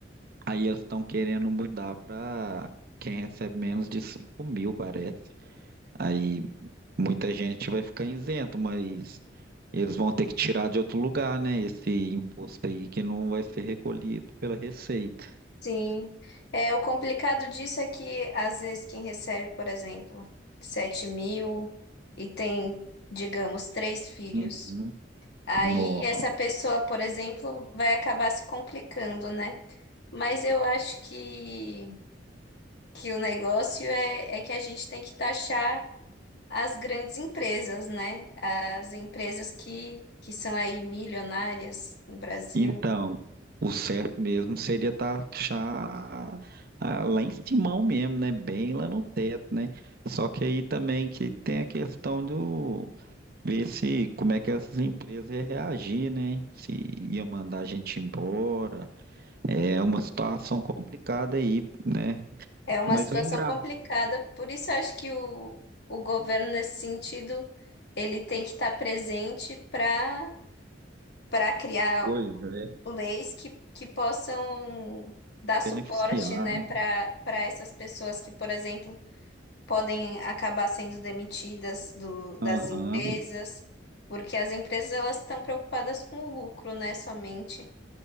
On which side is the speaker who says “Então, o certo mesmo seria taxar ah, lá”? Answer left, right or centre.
Right